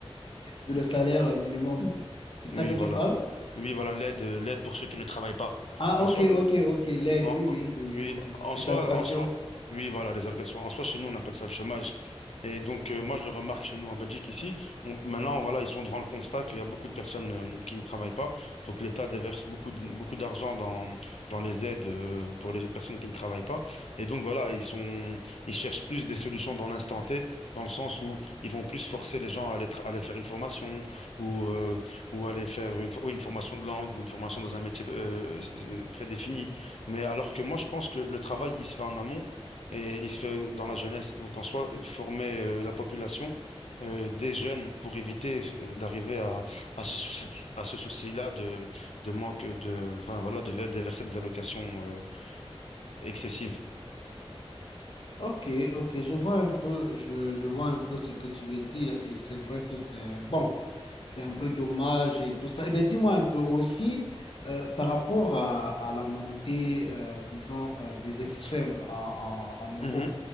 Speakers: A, on the left; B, on the left.
A: Vu le salaire euh, minimum, c'est de
B: Oui,
A: ça que tu
B: voilà.
A: parles?
B: Oui, voilà l'aide euh, l'aide pour ceux qui ne travaillent pas.
A: Ah,
B: En
A: OK,
B: soi,
A: OK, OK. L'aide,
B: En,
A: oui, oui,
B: en-
A: oui, oui,
B: oui,
A: OK.
B: en
A: Les
B: soi,
A: allocations.
B: en soi, oui, voilà, les allocations. En soi, chez nous, on appelle ça le chômage. Et donc, euh, moi, je le remarque chez nous en Belgique, ici. On- maintenant, voilà, ils sont devant le constat qu'il y a beaucoup de personnes euh, qui ne travaillent pas. Donc, l'État déverse beaucoup, de- beaucoup d'argent dans, dans les aides euh, pour les personnes qui ne travaillent pas. Et donc, voilà, ils sont, ils cherchent plus des solutions dans l'instant T, dans le sens où ils vont plus forcer les gens à aller, tra- à aller faire une formation ou, euh, ou aller faire une, fo- oui, une formation de langue ou une formation dans un métier euh, euh, prédéfini. Mais alors que moi, je pense que le travail, il se fait en amont et il se fait dans la jeunesse. Donc, en soi, former euh, la population euh, des jeunes pour éviter euh, d'arriver à, à ce souci, à ce souci-là de, de manque de, enfin, voilà, de ver- déverser des allocations euh, excessives.
A: Ok, ok, je vois un peu, je, je vois un peu ce que tu veux dire et c'est vrai que c'est bon, c'est un peu dommage et tout ça. Eh bien, dis-moi un peu aussi euh, par rapport à, à la montée, euh, disons, euh, des extrêmes en, en- en Europe,
B: Mhm,